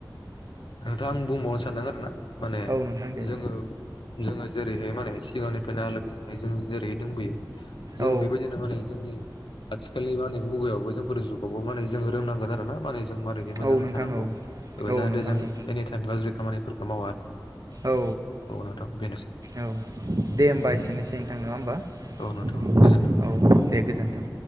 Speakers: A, on the left; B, on the right.
A: नोंथां आं बुंबावनो सानदों आरोना माने
B: औ नोंथां दे
A: जोंङो जोंङो जेरैहाय माने सिगांनिफ्रायनो आलो गोजोनै जों जेरैै दोंबोयो। जों
B: औ
A: बेबायदिनो माने जोंनि आथिखालनि माने मुगायावबो जोंफोर जुगावबो माने जों रोंनांगोन आरोना माने जों मारोहाय मोजांङै
B: औ नोंथां
A: थानांगौ,
B: औ औ
A: जाहाथे
B: नोंथां
A: जों
B: औ
A: एनिटाइम गाज्रि खामानिफोरखौ मावा,
B: औ
A: औ नोंथां बेनोसै।
B: औ दे होमबा एसेनोसै नोंथां नङा होमबा
A: औ नोंथां गोजोन्थों
B: औ। दे गोजोन्थों।